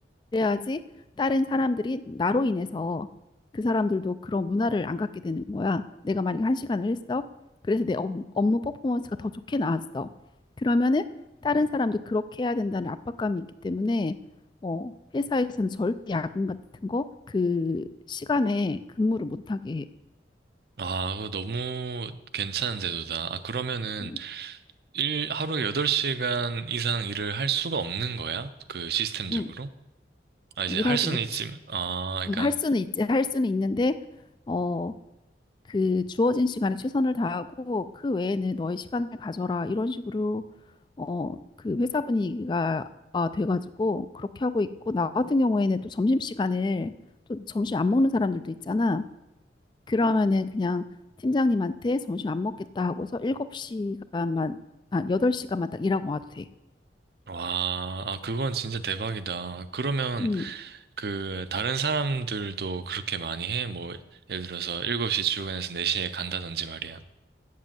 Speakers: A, on the left; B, on the right.
A: 그래야지 다른 사람들이 나로 인해서 그 사람들도 그런 문화를 안 갖게 되는 거야 내가 만약에 한 시간을 했어 그래서 내 업, 업무 퍼포먼스가 더 좋게 나왔어 그러면은 다른 사람도 그렇게 해야 된다는 압박감이 있기 때문에 어 회사에서는 절대 야근 같은 거 그 시간에 근무를 못하게 해.
B: <laughs> 아, 그거 너무 괜찮은 제도다. 아, 그러면은
A: 음,
B: 일, 하루에 8시간 이상 일을 할 수가 없는 거야? 그 시스템적으로?
A: 음.
B: 아,
A: 일하지
B: 이제 할 수는
A: 못,
B: 있지만, 아, 그러니까,
A: 음, 할 수는 있지, 할 수는 있는데, 어, 그 주어진 시간에 최선을 다하고, 그 외에는 너의 시간을 가져라. 이런 식으로, 어, 그 회사 분위기가 아, 돼가지고, 그렇게 하고 있고, 나 같은 경우에는 또 점심시간을, 또 점심 안 먹는 사람들도 있잖아. 그러면은 그냥 팀장님한테 점심 안 먹겠다 하고서 7시간만, 아, 8시간만 딱 일하고 와도 돼.
B: 와, 아, 그건 진짜 대박이다. 그러면,
A: 음,
B: 그, 다른 사람들도 그렇게 많이 해? 뭐, 예를 들어서 7시 출근해서 4시에 간다든지 말이야.